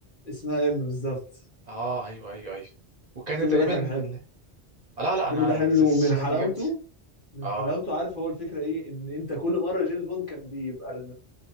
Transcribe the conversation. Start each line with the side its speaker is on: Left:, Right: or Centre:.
Left: اسمها ام بالظبط
Right: اه ايوه ايوه ايوه وكان
Left: الفيلم
Right: تقريبا
Left: ده كان حلو
Right: ال... آه لا لا
Left: الفيلم
Right: انا
Left: ده
Right: السلسله
Left: حلو من حلاوته
Right: دي جامده
Left: من
Right: اه
Left: حلاوته عارف هو الفكره ايه ان انت كل مره جيمس بوند كان بيبقى